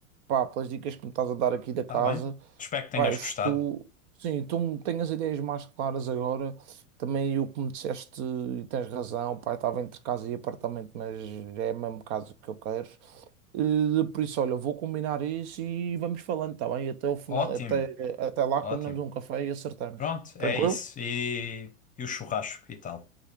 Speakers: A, on the right; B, on the left.
A: pá, pelas dicas que me estás a dar aqui da casa.
B: tá bem. Espero que tenhas
A: Pá, isto,
B: gostado.
A: sim, tu tens as ideias mais claras agora. Também o que me disseste, e tens razão, pá, eu estava entre casa e apartamento, mas é o mesmo caso que eu quero. Eh, Por isso, olha, vou combinar isso e vamos falando, tá bem? Até o final,
B: Ótimo,
A: até, até lá
B: ótimo.
A: combinamos um café e acertamos.
B: Pronto,
A: Tranquilo?
B: é isso. E, e o churrasco e tal.